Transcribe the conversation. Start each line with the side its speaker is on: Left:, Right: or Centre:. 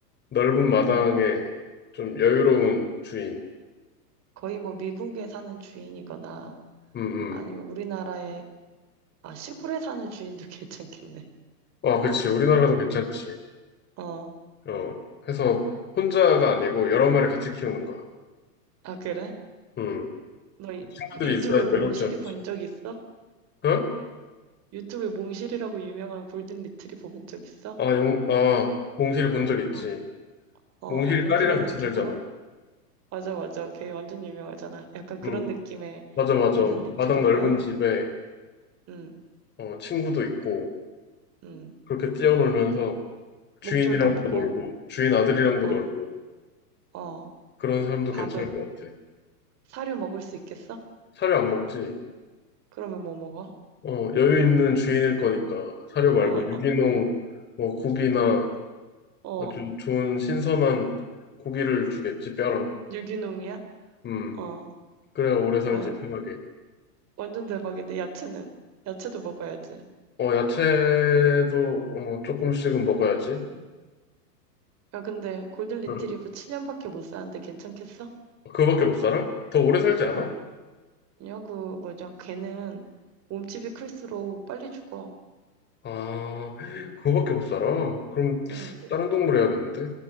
Left: 넓은 마당에 좀 여유로운 주인.
Right: 거의 뭐 미국에 사는 주인이거나
Left: 음,
Right: 아니면
Left: 음.
Right: 우리나라에 아, 시골에 사는 주인도 <laughs> 괜찮겠네.
Left: 아, 그치. 우리나라도 괜찮지.
Right: 어,
Left: 어, 해서 혼자가 아니고 여러 마리 같이 키우는 거야.
Right: 아, 그래?
Left: 음.
Right: 너 이-
Left: 친구들이
Right: 유튜브에
Left: 있어야
Right: 몽실이
Left: 외롭지 않지.
Right: 본 적 있어?
Left: 어?
Right: 유튜브에 몽실이라고 유명한 골든 리트리버 본 적 있어?
Left: 아, 용, 아, 몽실이 본 적 있지.
Right: 어, 어,
Left: 몽실이
Right: 약간
Left: 딸이랑
Right: 그런
Left: 같이
Right: 느낌으로?
Left: 살잖아.
Right: 맞아, 맞아. 걔 완전 유명하잖아. 약간 그런
Left: 음,
Right: 느낌의
Left: 맞아, 맞아.
Right: 골든 리트리버야?
Left: 마당 넓은 집에
Right: 응,
Left: 어, 친구도 있고
Right: 응.
Left: 그렇게 뛰어놀면서
Right: 목줄도
Left: 주인이랑도
Right: 없고,
Left: 놀고 주인 아들이랑도
Right: 어,
Left: 놀고
Right: 어.
Left: 그런 사람도
Right: 밥은?
Left: 괜찮을 것 같아.
Right: 사료 먹을 수 있겠어?
Left: 사료 안 먹지.
Right: 그러면 뭐 먹어?
Left: 어, 여유 있는 주인일 거니까 사료 말고
Right: 어, <laughs>
Left: 유기농 뭐 고기나
Right: 어.
Left: 아주 좋은 신선한 고기를 주겠지, 뼈랑.
Right: 유기농이야?
Left: 음,
Right: 어,
Left: 그래야 오래 살지,
Right: 어.
Left: 편하게.
Right: 완전 대박인데, 야채는? 야채도 먹어야지.
Left: 어, 야채도, 어, 조금씩은 먹어야지.
Right: 음. 야, 근데 골든 리트리버
Left: 응.
Right: 7년밖에 못 사는데 괜찮겠어?
Left: 그거밖에 못 살아? 더 오래 살지 않아?
Right: 어, 아니요, 그 뭐죠? 걔는 몸집이 클수록 빨리 죽어.
Left: 아,
Right: 응,
Left: 그거밖에 못 살아? 그럼,
Right: 응.
Left: 다른 동물 해야겠는데?